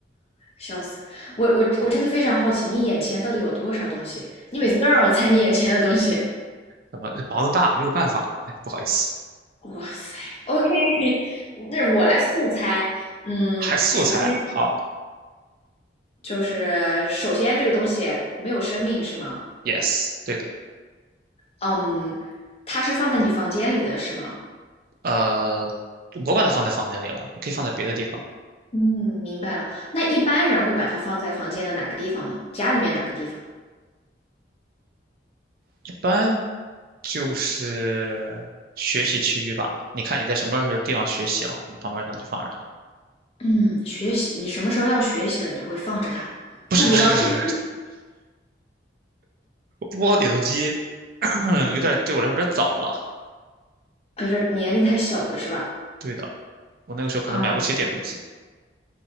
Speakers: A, on the left; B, on the right.
A: 笑死，我我我真的非常好奇，你眼前到底有多少东西？你每次都让我猜你眼前的东西。
B: 怎么毛子大，没有办法，哎，不好意思，
A: 哇塞，OK，<laughs> 那我来速猜。嗯，
B: 还素材，
A: 首先
B: 好
A: 就是首先这个东西没有生命是吗？
B: ，yes，对的，
A: 嗯，它是放在你房间里的是吗？
B: 呃，我把它放在房间里了，也可以放在别的地方，
A: 嗯，明白了。那一般人会把它放在房间的哪个地方呢？家里面哪个地方？
B: 一般就是学习区域吧。你看你在什么地方学习了，你旁边可能就放着它。<laughs>
A: 嗯，学习，你什么时候要学习了，你就会放着它。
B: 不是不是不是不是，
A: 步步高点读，
B: 不包点读机，<clears throat> 有点对我来说有点早了。
A: 哎，这年龄太小了是吧？
B: 对的，我那个时候可能买不起点读机。
A: 嗯，